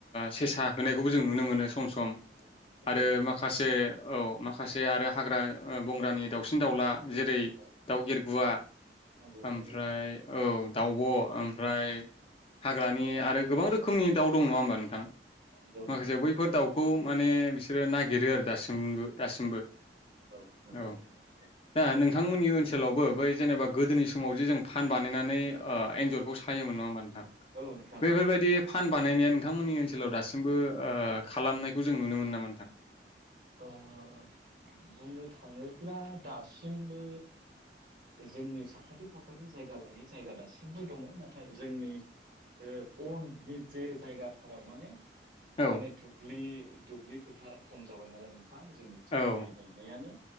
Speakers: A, on the left; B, on the right.
A: सेसा होनायखौबो जों नुनो मोनो। सम सम
B: नंगौ नंगौ
A: आरो
B: नोंथां
A: माखासे
B: नंगौ
A: औ माखासे आरो हाग्रा ओ- बंग्रानि दाउसिन दाउला। जेरै
B: औ
A: दाउगिरगुवा
B: नंगौ
A: ओमफ्राय
B: नंगौ
A: औ दाउब' ओमफ्राय हाग्रानि आरो गोबां रोखोमनि दाउ दं नङा होनोमबा नों थां
B: नंगौ
A: माखासे
B: नंगौ
A: बैफोर दाउखौ माने बिसोरो नागिरो आरो दासिम उम दासिमबो
B: औ नंगौ
A: औ
B: नोंथां नंगौ
A: दा नों बिथांमोननि ओनसोलावबो बै जेनेबा गोदोनि समाव जे जों फान बानायनानै ओ एन्जर बेखौ सायोमोन
B: औ
A: नङा होनबा नोंथां
B: औ नोंथां
A: बेफोरबादि
B: औ
A: फान बानायनाया नोंथांमोननि ओनसोलाव दासिमबो ओ खालामनायखौ जों नुनो मोनो नामा नोंथां?
B: ओ- बुंनो थाङोब्ला दासिमबो जोंनि साखाथि फाखाथि जायगा लायै जायगा दासिमबो दङ नाथाय जोंनि। ओ अन नि जे जायगा थाराव माने
A: औ
B: माने दुब्लि दुब्लि फोथार खम जाबाय नालाय नों थां जोंनिथिं
A: औ
B: माइ गायनायानो